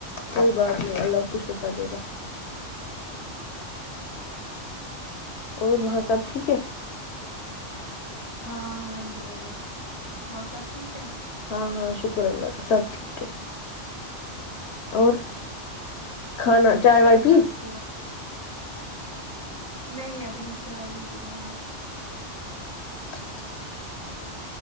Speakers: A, on the left; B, on the right.
A: کوئی بات نہیں اللہ اس کو شفادے گا اور وہاں سب ٹھیک ہے
B: ہاں الحمد للہ وہاں سب ٹھیک ہے
A: ہاں ہاں شکر اللہ کا سب ٹھیک ہے اور کھانا چائے وائے پی
B: بس دعا نہیں ابھی چاۓ نہیں پی ہم نے
A: اچھا